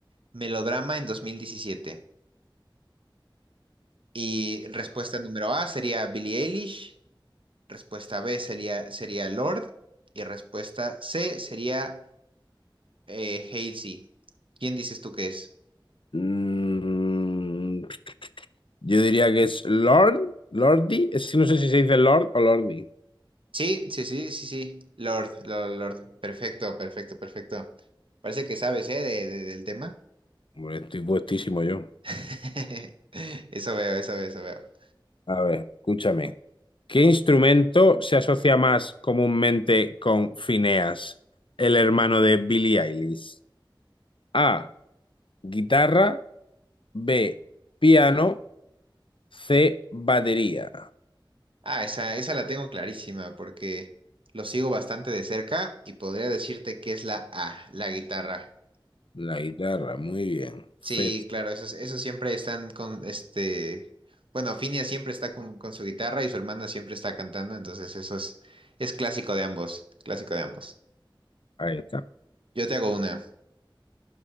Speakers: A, on the right (about 85°); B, on the left (about 80°).
A: Melodrama en 2017. Y respuesta número A sería Billie Eilish, respuesta B sería, sería Lord y respuesta C sería eh, Halsey. ¿Quién dices tú que es?
B: Mm, Yo diría que es Lord, Lordi. Es que no sé si se dice Lord o Lordi.
A: Sí, sí, sí, sí, sí, Lord, Lord, Lord. Perfecto, perfecto, perfecto. Parece que sabes, ¿eh? de- de- del tema.
B: Hombre, estoy puestísimo yo.
A: <laughs> Eso veo, eso veo, eso veo.
B: A ver, escúchame. ¿Qué instrumento se asocia más comúnmente con Phineas, el hermano de Billie Eilish? A, guitarra, B, piano, C, batería.
A: Ah, esa, esa la tengo clarísima porque lo sigo bastante de cerca y podría decirte que es la A, la guitarra.
B: La guitarra, muy bien.
A: Sí,
B: Fe-
A: claro, esos, esos siempre están con este. Bueno, Finia siempre está con, con su guitarra y su hermana siempre está cantando, entonces eso es, es clásico de ambos, clásico de ambos.
B: Ahí está.
A: Yo te hago una.